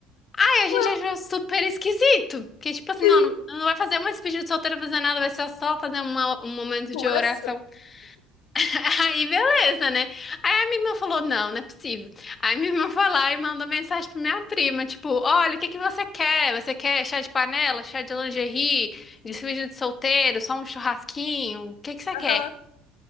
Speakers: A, on the left; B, on the left.
A: Aí a gente
B: Ué,
A: achou super esquisito. Que tipo assim,
B: sim,
A: não, não, não vai fazer uma despedida de solteiro, fazer nada, vai ser só fazer uma- um momento
B: uma
A: de
B: oração.
A: oração. <laughs> Aí beleza, né? Aí a minha irmã falou, não, não é possível. Aí minha irmã foi lá e mandou mensagem pra minha prima, tipo, olha, o que que você quer? Você quer chá de panela, chá de lingerie, despedida de solteiro, só um churrasquinho? O que que você quer?
B: Aham.